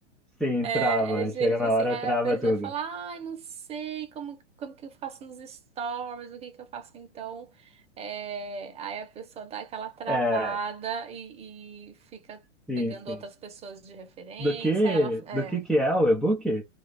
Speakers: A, in the centre; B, on the right.
A: Sim,
B: é,
A: trava.
B: é gente
A: Chega na
B: assim,
A: hora,
B: aí
A: trava
B: a pessoa
A: tudo.
B: fala, ai, não sei como, como que eu faço nos stories, o que que eu faço então. É, aí a pessoa dá aquela travada
A: É,
B: e, e fica
A: sim,
B: pegando
A: sim.
B: outras pessoas de referência,
A: Do que,
B: Aí ela, é.
A: do que que é o e-book?